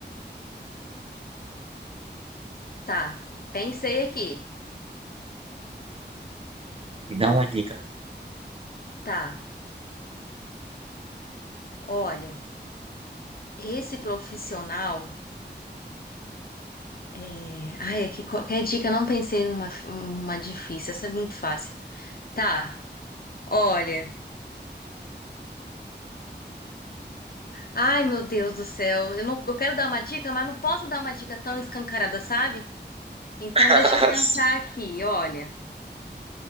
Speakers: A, on the left; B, on the right.
A: Tá, pensei aqui.
B: Me dá uma dica.
A: Tá, olha, esse profissional. É... Ai, aqui qualquer dica, eu não pensei numa uma difícil, essa é muito fácil. Tá, olha. Ai, meu Deus do céu, eu não, eu quero dar uma dica, mas não posso dar uma dica tão escancarada, sabe? Então,
B: <laughs>
A: deixa eu pensar aqui, olha.